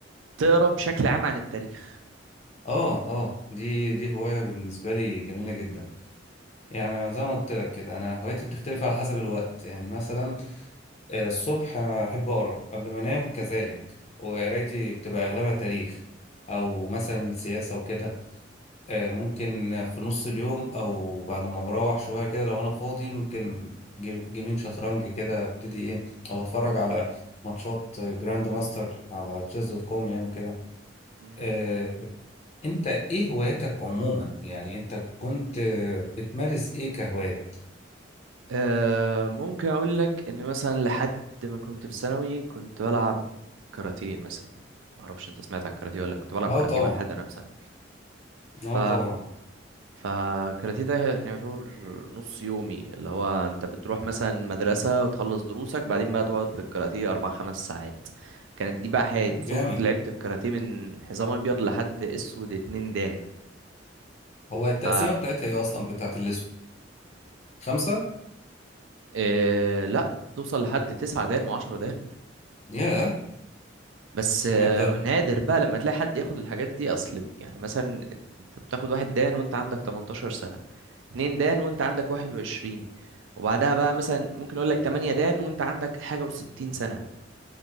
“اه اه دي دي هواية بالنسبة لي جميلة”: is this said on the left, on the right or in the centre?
Left